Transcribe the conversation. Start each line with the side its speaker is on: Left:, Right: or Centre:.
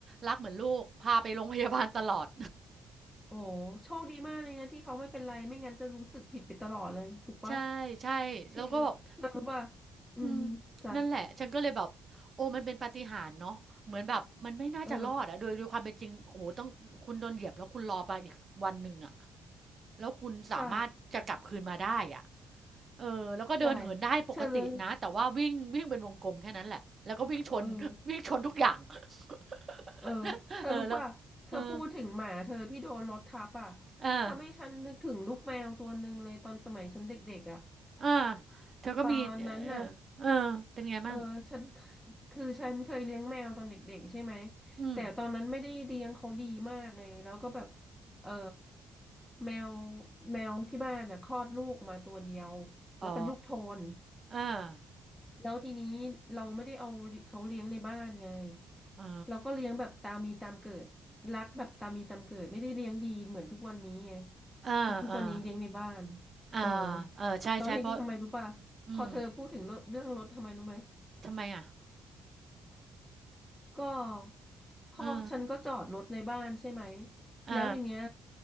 Right: รักเหมือนลูกพาไปโรงพยาบาลตลอด
Centre: โอ้โหโชคดีมากเลยนะที่เขาไม่เป็นไรไม่งั้นจะรู้สึกผิดไปตลอดเลยถูกปะ
Right: ใช่ๆแล้วก็แบบ
Centre: คือเธอรู้ป่ะอืมจ้ะ
Right: อืมนั่นแหละฉันก็เลยแบบโอ้มันเป็นปาฏิหาริย์เนาะเหมือนแบบมันไม่น่าจะรอดอะโดยโดยความเป็นจริงโอ้โหต้องคุณโดนเหยียบแล้วคุณรอไปอีกวันหนึ่งอะ
Centre: เออ
Right: แล้วคุณสามารถจะกลับคืนมาได้อะ
Centre: ใช่
Right: เออแล้วก็เดินเหินได้ปกตินะแต่ว่าวิ่งวิ่งเป็นวงกลมแค่นั้นแหละแล้วก็วิ่งชน
Centre: ใช่เธอเลยเออ
Right: <laughs> วิ่งชนทุกอย่าง <laughs>
Centre: เออเธอรู้ป่ะเธอพูดถึงหมาเธอที่โดนรถทับอ่ะ
Right: เออแล้วเอออา
Centre: ทำให้ฉันนึกถึงลูกแมวตัวหนึ่งเลยตอนสมัยฉันเด็กๆอ่ะ
Right: อาเธอก็มีเออเออเป็นไงมั่ง
Centre: ตอนนั้นน่ะ เออฉันคือฉันเคยเลี้ยงแมวตอนเด็กๆใช่ไหม
Right: อืม
Centre: แต่ตอนนั้นไม่ได้เลี้ยงเขาดีมากไงแล้วก็แบบเออแมวแมวที่บ้านน่ะคลอดลูกมาตัวเดียวแล้วเป็นลูกโทน
Right: อ๋ออา
Centre: แล้วทีนี้เราไม่ได้เอาเขาเลี้ยงในบ้านไง
Right: อ๋อ
Centre: เราก็เลี้ยงแบบตามมีตามเกิดรักแบบตามมีตามเกิดไม่ได้เลี้ยงดีเหมือนทุกวันนี้ไง
Right: อา
Centre: มันทุกวันนี้เลี้ยงในบ้าน
Right: อ่า
Centre: เออ
Right: อาเออ ใช่ใช่เพราะ
Centre: ตอนที่ทำไมรู้ป่ะพอเธอพูดถึงเรื่องรถทำไมรู้ไหม
Right: อืมทำไมอะ
Centre: ก็พ่อฉันก็จอดรถในบ้านใช่ไหม
Right: อือออา
Centre: แล้วทีเนี้ย